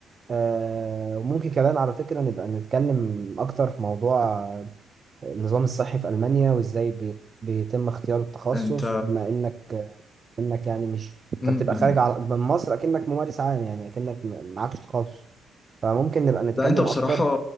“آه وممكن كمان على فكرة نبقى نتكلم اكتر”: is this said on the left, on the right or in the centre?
Right